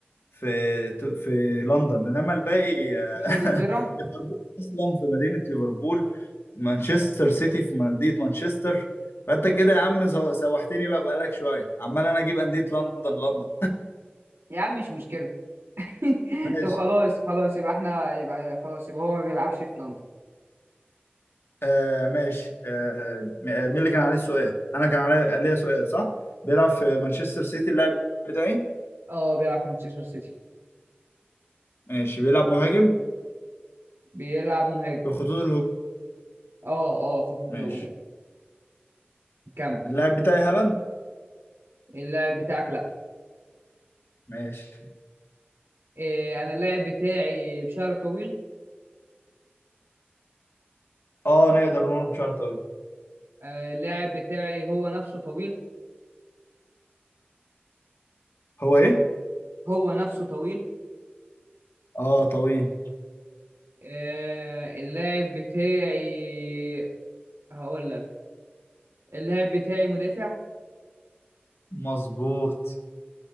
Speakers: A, on the left; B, on the right.
A: في في لندن انما الباقي آه،
B: في انجلترا
A: <laughs> ليفربول اصلا في مدينه ليفربول مانشستر سيتي في مدينه مانشستر فانت كده يا عم سو- سوحتني بقى بقالك شويه عمال انا اجيب انديه لندن لندن
B: يا عم مش مشكله <laughs>
A: <laughs> ماشي
B: طب خلاص خلاص يبقى احنا يبقى خلاص يبقى هو ما بيلعبش في لندن
A: آه ماشي آه م- آه، مين اللي كان عليه السؤال انا كان علي ليا سؤال صح بيلعب في مانشستر سيتي اللاعب بتاعي
B: اه بيلعب في مانشستر سيتي
A: ماشي بيلعب مهاجم
B: بيلعب مهاجم
A: في خطوط الهجوم
B: اه اه في الخطوط
A: ماشي
B: الهجوميه كمل
A: اللاعب بتاعي هالاند
B: اللاعب بتاعك لا
A: ماشي
B: إيه انا اللاعب بتاعي بشعره طويل
A: اه نقدر نقول بشعر طويل
B: آه اللاعب بتاعي هو نفسه طويل
A: هو ايه
B: هو نفسه طويل
A: اه طويل
B: آه اللاعب بتاعي هقول لك اللاعب بتاعي مدافع
A: مظبوط